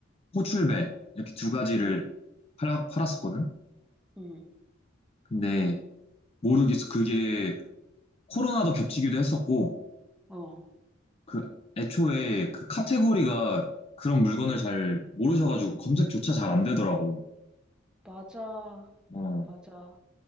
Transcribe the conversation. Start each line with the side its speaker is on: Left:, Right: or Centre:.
Left: 호출벨 이렇게 두 가지를
Centre: 음.
Left: 팔, 팔았었거든.
Centre: 음.
Left: 근데 모르겠어. 그게 코로나도 겹치기도 했었고,
Centre: 어.
Left: 그 애초에 그 카테고리가 그런 물건을 잘 모르셔가지고 검색조차 잘 안 되더라고.
Centre: 맞아.
Left: 어.
Centre: 맞아.